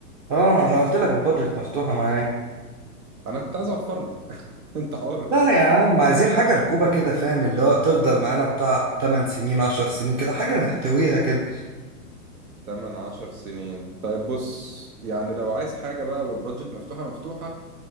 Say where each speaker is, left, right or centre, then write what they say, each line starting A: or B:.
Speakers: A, on the right (about 30°); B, on the right (about 65°).
A: اه أنا قلت لك البادجت مفتوحة معايا
B: انا كنت عايز اوفر لك <laughs> انت حر
A: لا يا عم عايزين حاجة ركوبة كده فاهم اللي هو تفضل معانا بتاع 8 سنين 10 سنين كده حاجة نحتويها كده
B: تمن عشر سنين طيب بص يعني لو عايز حاجة بقى والبادجت مفتوحة مفتوحة